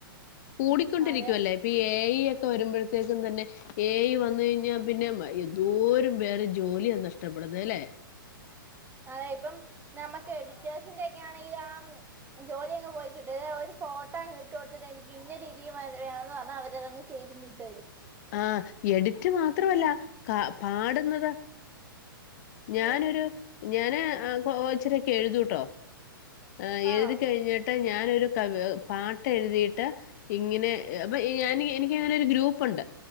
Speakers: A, on the left (about 50°); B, on the right (about 15°).
A: കൂടിക്കൊണ്ടിരിക്കുവല്ലേ
B: അതെ
A: ഇപ്പീ ഏഐ ഒക്കെ വരുമ്പഴത്തേക്കും തന്നെ എ ഐ വന്ന് കഴിഞ്ഞാ പിന്നെ എന്തോരം പേരെ ജോലിയാ നഷ്ടപ്പെടുന്നത് അല്ലേ
B: അതെ ഇപ്പം നമ്മക്ക് എഡിറ്റേഴ്സിന്റെക്കെ ആണെങ്കില് ആ ജോലി അങ്ങ് പോയി കിട്ടും. ഒരു ഫോട്ടങ് ഇട്ട് കൊടുത്തിട്ട് എനിക്ക് ഇന്ന രീതിയിൽ വേണന്ന് പറഞ്ഞ അവരതങ്ങ് ചെയ്തിങ്ങിട്ടരും
A: ആ എഡിറ്റ് മാത്രവല്ല ക പാടുന്നതോ ഞാനൊരു
B: ഉം
A: ഞാന് കൊ ഇച്ചിരൊക്കെ എഴുതുട്ടോ ആ എഴുതി
B: ആഹ്
A: കഴിഞ്ഞിട്ട് ഞാനൊരു കവി പാട്ട് എഴുതിയിട്ട് ഇങ്ങനെ അപ്പൊ ഈ ഞാനീ എനികിതിലൊരു ഗ്രൂപ്പുണ്ട്